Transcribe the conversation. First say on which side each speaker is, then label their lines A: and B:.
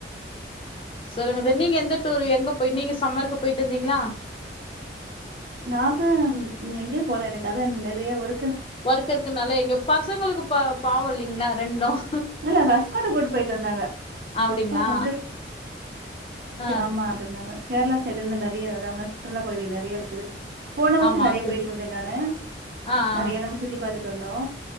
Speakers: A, on the left; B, on the right.
A: சொல்லுங்க நீங்க எந்த டூரு எங்க போயி நீங்க சம்மருக்கு போயிட்டு வந்தீங்களா
B: நாங்க எங்கயும் போல எனக்க அத இந்த நெறைய ஒர்
A: ஒர்க் இருக்குனால எங்க பசங்களுக்கு பா பாவம் இல்லைங்களா ரெண்டும்
B: இல்ல அங்க ஹஸ்பண்ட் கூட்டிட்டு போய்டிட்டு வந்தாங்க
A: அப்டிங்களா
B: ஹஸ்பண்ட் வந்து
A: ஆ
B: ஆமா ஆடாதாங்க கேரளா செட் வந்து நிறைய இடம்ல சுற்றுலா பகுதில நிறைய இருக்குது போன வருஷம்
A: ஆமா
B: நிறைய
A: சரி
B: போயிட்டு வந்தேன் நானு
A: ஆ ஆ
B: நிறைய இடம் சுத்தி பார்த்துட்டு வந்தோம்